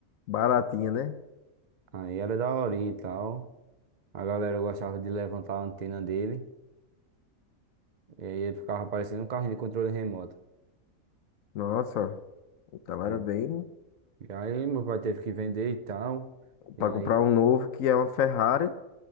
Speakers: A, on the left; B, on the right.
A: Baratinha, né?
B: Aí era daorinha e tal, a galera gostava de levantar a antena dele, e aí ele ficava parecendo um carrinho de controle remoto.
A: Nossa. Então
B: né?
A: era bem.
B: E aí meu pai teve que vender e tal, e
A: Pra
B: aí,
A: comprar um novo que é uma Ferrari.